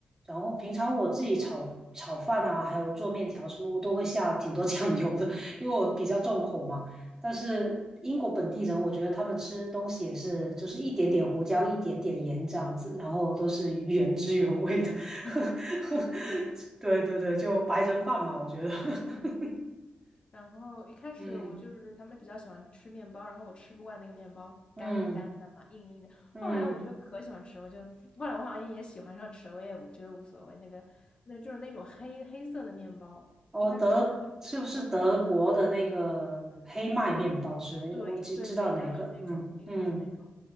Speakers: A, on the right; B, on the left.
A: 然后平常我自己炒炒饭啊，还有做面条什么，我都会下挺多 <laughs> 酱油的，<laughs> 因为我比较重口嘛。但是英国本地人，我觉得他们吃东西也是，就是一点点胡椒，一点点盐这样子，然后都是原汁原味的。
B: 嗯，
A: <laughs>
B: 对。
A: 对对对，就白人饭嘛，我觉得。<laughs>
B: 嗯，然后一开始我就是他们比较喜欢吃面包，
A: 嗯
B: 然后我吃不惯那个面包，
A: 嗯
B: 干干的嘛，硬硬的。
A: 嗯，
B: 后来我就可喜欢吃，我就后来我好像也喜欢上吃了，我也觉得无所谓。那个那就是那种黑黑色的面包，
A: 哦，
B: 一开始吃上去有点酸酸的，
A: 德是不是德国的那个黑麦面包之类的？
B: 对，
A: 我只知道那个。
B: 应对对，应该是那种，
A: 嗯嗯
B: 应该是那种。